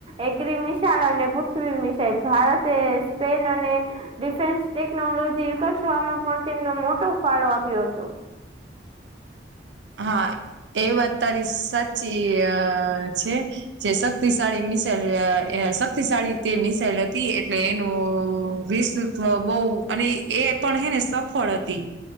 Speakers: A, on the right; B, on the right.
A: એગ્રી મિસલ અને પૃથ્વી મિસલ ભારતે સ્પેન અને ડિફેન્સ ટેકનોલોજી વિકસવામાં પણ તેમનો મોટો ફાળો આપ્યો હતો.
B: હા એ વાત તારી સાચી આ છે. જે શક્તિશાળી મિસાઈલ આ શક્તિશાળી તે મિસાાઈલ હતી એટલે એનું વિસ <unintelligible> બહુ અને એ પણ હેને સફળ હતી.